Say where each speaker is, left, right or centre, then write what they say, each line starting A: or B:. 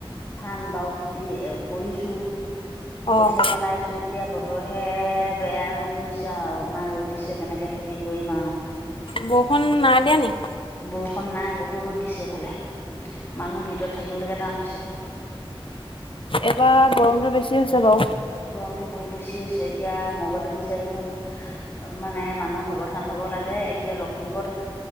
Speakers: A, on the left; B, on the left.
A: ধান বাও খেতি কৰিছো
B: অ',
A: কঠিয়া পেলাইছোঁ এতিয়া বতৰ হে বেয়া ৰোপ ধৰিছে আৰু ইমান ৰ'দ দিছে কেনেকে খেতি কি কৰিম আ
B: বৰষুণ নাই দিয়া নি?
A: বৰষুণ নাই বহু ৰ'দ দিছে এইফালে মানুহ ভিতৰত থাকিবলৈকে টান হৈছে।
B: এবাৰ গৰমটো বেছি হৈছে বাৰু
A: গৰমটো বহুত বেছি। হৈছে এতিয়া মোবাইলত দিছে দেখোন মানে মানুহ সাৱধান হ'ব লাগে এতিয়া লখিমপুৰ